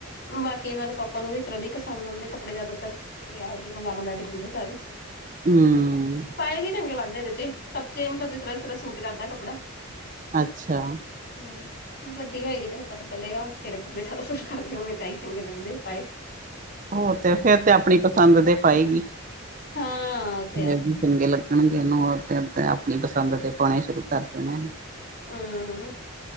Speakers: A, on the left; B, on the right.
A: ਬਾਕੀ ਇਹਨਾਂ ਦੇ ਪਾਪਾ ਨੂੰ ਵੀ ਇਸ ਤਰ੍ਹਾਂ ਦੇ ਹੀ ਪਸੰਦ ਆਉਂਦੇ ਕੱਪੜੇ ਜ਼ਿਆਦਾਤਰ, ਉਹ ਐਹੋ ਜਿਹੇ ਮੰਗਾ ਮੰਗਾ ਕੇ ਦਿੰਦੇ ਸਾਰੇ।
B: ਹੂੰ।
A: ਪਾਏ ਵੀ ਚੰਗੇ ਲੱਗਦੇ ਇਹਦੇ ਚ ਸੱਚੇ, ਮਤਲਬ ਜਿਸ ਤਰ੍ਹਾਂ ਜਿਸ ਤਰ੍ਹਾਂ ਸੂਟ ਕਰਦਾ ਕੱਪੜਾ।
B: ਅੱਛਾ।
A: ਹੂੰ। ਵੱਡੀ ਹੋਏਗੀ ਤੇ ਫਿਰ ਪਤਾ ਚਲੇਗਾ ਹੁਣ ਕਿਹੜੇ ਕੱਪੜੇ ਜਾਦਾ ਸੂਟ ਸਾਂਝ ਕਰਦੇ ਹੁਣ ਤਾਂ ਐਹੀ ਚੰਗੇ ਲੱਗਦੇ ਪਾਏ।
B: ਹੋਰ ਤੇ ਫੇਰ ਤੇ ਆਪਣੀ ਪਸੰਦ ਦੇ ਪਾਏਗੀ।
A: ਹਾਂ ਉਹ ਤੇ
B: ਚੰਗੇ
A: ਆ
B: ਲੱਗਣਗੇ ਇਹਨੂੰ ਉਦੋਂ ਤੇ ਆਪਣੀ ਪਸੰਦ ਦੇ ਪਾਉਣੇ ਸ਼ੁਰੂ ਕਰ ਦੇਣੇ।
A: ਹੂੰ,